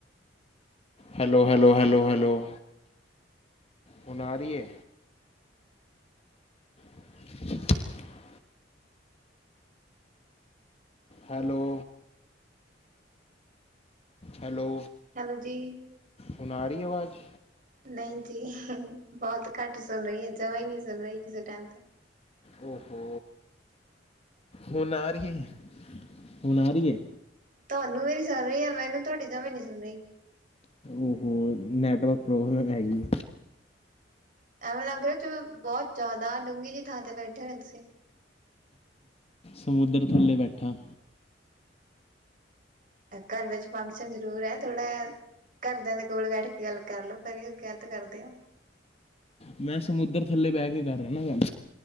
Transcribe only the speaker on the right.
ਹੈਲੋ ਜੀ।
ਨਹੀਂ ਜੀ ਬਹੁਤ ਘੱਟ ਸੁਣ ਰਹੀ ਏ, ਜਵਾ ਹੀ ਨਹੀਂ ਸੁਣ ਰਹੀ ਕਿਸੇ ਟਾਈਮ ਤੇ
ਤੁਹਾਨੂੰ ਮੇਰੀ ਸੁਣ ਰੀ ਏ, ਮੈਨੂੰ ਤੁਹਾਡੀ ਜਮਾ ਨੀ ਸੁਣ ਰਹੀ।
ਐਵੇ ਲੱਗ ਰਿਹਾ ਜਿਵੇਂ ਬਹੁਤ ਜ਼ਿਆਦਾ ਡੂੰਘੀ ਜੀ ਥਾਂ ਤੇ ਬੈਠੇ ਹੋਣੇ ਤੁਸੀਂ।
ਘਰ ਵਿੱਚ ਫੰਕਸ਼ਨ ਜ਼ਰੂਰ ਐ ਥੋੜ੍ਹਾ ਘਰਦਿਆਂ ਦੇ ਕੋਲ ਬੈਠ ਕੇ ਗੱਲ ਕਰਲੋ ਪਰੇ ਹੋ ਕੇ ਕਾਹਤੋਂ ਕਰਦੇ ਓ।